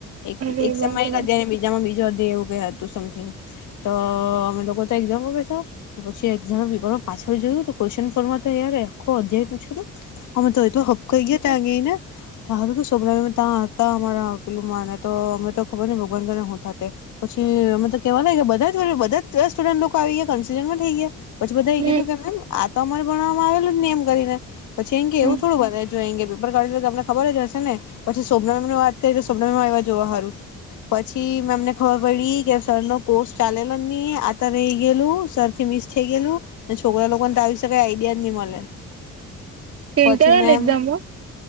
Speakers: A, on the left; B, on the right.
A: એક
B: અરે
A: એક શેમ
B: બાપરે
A: એક અધ્યાય એને બીજામાં બીજો અધ્યાય એવું કય હતું સમથિંગ તો અમે લોકો તો એક્ઝામાં બેઠાં પછી એક્ઝાનાપેપરમાર પાછળ જોયું ક્વેશ્ચન ફોરમા તો યાર આખો અધ્યાય પૂછેલૂ અમે તો એટલો હબકાય ગ્યાતા <unintelligible> હારુ તો સોભનામેમ ત્યાં હતા અમારા પેલુંમાંને તો અમે તો ખબર ને ભગવાન કરે હું થા તે પછી અમેતો કેવા લાગ કે બધા બધા જ સ્ટુડન્ટ લોકો અવિગ્યા કોન્સિડર પન થઈ ગ્યા પછી બધા
B: હમ
A: એ કીધું કે મેમ આ તો અમારે ભણવામાં આવેલું જ ને એમ કરીને પછી એમ કે
B: હમ
A: એવું થોડું વધે <unintelligible> ખબર જ હશે ને પછી સોભનામેમ વાત કયરિ તો સોભાનામેમ આઈવા જોવા હારુ પછી મેમ ને ખબર પડી કે સર નો કોર્સ ચાલેલો નહી આતા રહી ગયેલું સર થી મિસ થઈ ગયેલું છોકરા લોકોને ત વિશેે કઈ આઈડિયા જ નઈ મળે
B: <inaudible>
A: પછી
B: ઇન્ટરનલ
A: મેમ
B: એક્ઝામમાં